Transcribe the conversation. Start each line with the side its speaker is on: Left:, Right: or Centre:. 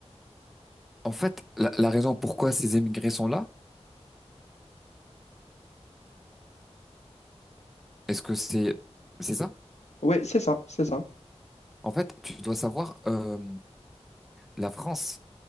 Centre: En fait, la, la raison pourquoi ces émigrés sont là, est-ce que c'est c'est ça?
Left: Oui, c'est ça, c'est ça.
Centre: En fait, tu dois savoir, euh, la France,